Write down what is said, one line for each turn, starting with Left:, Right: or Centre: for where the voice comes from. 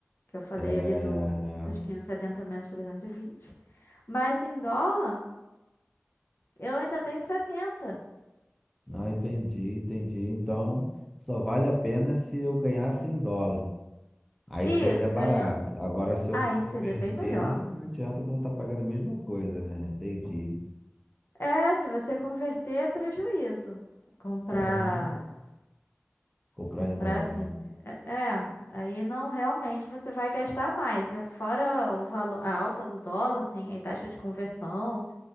Left: Que eu falei
Centre: é, é,
Left: ali do,
Centre: é.
Left: dos 570 menos trezentos e vinte Mas em dólar, eu ainda tenho setenta
Centre: Não, entendi, entendi. Então, só vale a pena se eu ganhasse em dólar. Aí
Left: E
Centre: seria
Left: isso
Centre: barato.
Left: ganhando.
Centre: Agora, se eu
Left: Aí
Centre: converter,
Left: seria bem melhor.
Centre: não adianta que eu vou estar pagando a mesma coisa, né? Entendi.
Left: É, se você converter é prejuízo. Comprar,
Centre: Caramba. Comprar
Left: comprar
Centre: em dólar.
Left: assim. né? É, é, aí não realmente você vai gastar mais. É, Fora o valor, a alta do dólar, tem aí taxa de conversão.